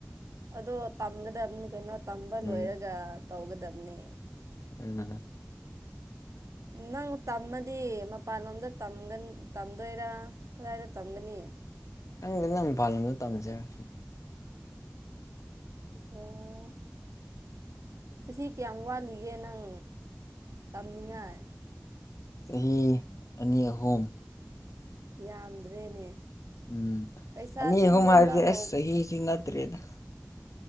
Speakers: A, on the right (about 75°); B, on the left (about 80°).
A: ꯑꯗꯣ ꯇꯝꯒꯗꯕꯅꯤ ꯀꯩꯅꯣ ꯇꯝꯕ
B: ꯎꯝ
A: ꯂꯣꯏꯔꯒ ꯇꯧꯒꯗꯕꯅꯤ
B: <unintelligible>
A: ꯅꯪ ꯇꯝꯃꯗꯤ ꯃꯄꯥꯟꯂꯣꯝꯗ ꯇꯝꯗꯣꯏꯔꯥ ꯀꯗꯥꯏꯗ ꯇꯝꯒꯅꯤ
B: ꯈꯪꯗꯦꯅꯪ ꯃꯄꯥꯟꯂꯣꯗ ꯇꯝꯁꯔ
A: ꯑꯣ ꯆꯍꯤ ꯀꯌꯥꯝ ꯋꯥꯠꯂꯤꯒꯦ ꯅꯪ ꯇꯝꯅꯤꯡꯉꯥꯏ
B: ꯆꯍꯤ ꯑꯅꯤ ꯑꯍꯨꯝ
A: ꯌꯥꯝꯗ꯭ꯔꯦꯅꯦ
B: ꯎꯝ
A: ꯄꯩꯁꯥ
B: ꯑꯅꯤ
A: ꯇꯨꯡꯁꯤꯟꯕ
B: ꯑꯍꯨꯝ ꯍꯥꯏꯔꯤꯗꯤꯦ
A: ꯍꯧ
B: ꯑꯁ ꯆꯍꯤꯒꯤ ꯅꯠꯇ꯭ꯔꯦꯗ